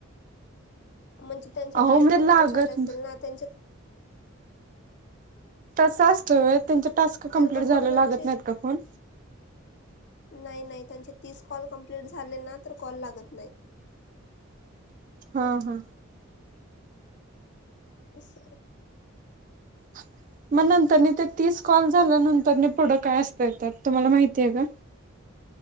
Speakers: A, on the left; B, on the right.
A: म्हणजे त्यांचे
B: अहो
A: टास्क
B: म्हणजे
A: कंप्लीट
B: लागत
A: झाले असेल ना त्यांच्या..
B: अस असते होय त्याचे टास्क कंप्लीट
A: का
B: झालं
A: कोणाचे
B: लागत नाही का फोन
A: नाही नाही त्यांचे तीस कॉल कमप्लीट झाले ना तर कॉल लागत नाही.
B: हा हा
A: अस आहे.
B: <inaudible> मग नंतरनी ते तीस कॉल झाल्या नंतर पुढं काय असत त्यात तुम्हाला माहिती आहे का?